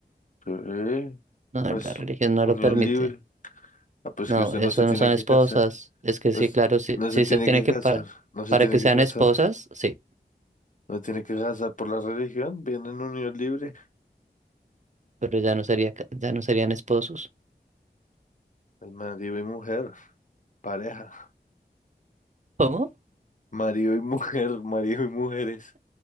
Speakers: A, on the left (about 45°); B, on the right (about 45°).
A: Sí.
B: no, la
A: Pues,
B: religión no
A: unión
B: lo permite.
A: libre. Ah, pues
B: No,
A: que usted
B: eso
A: no se tiene
B: no son
A: que
B: esposas.
A: casar.
B: Es que
A: Pues,
B: sí, claro, sí,
A: no
B: sí
A: se tiene
B: se tiene
A: que
B: que
A: casar,
B: para
A: no se
B: para
A: tiene
B: que
A: que
B: sean
A: casar.
B: esposas, sí,
A: No tiene que casar por la religión, viene en unión libre.
B: pero ya no sería ca- ya no serían esposos.
A: Es marido y mujer, pareja.
B: ¿Cómo? <laughs>
A: Marido y mujer, <laughs> marido y mujeres.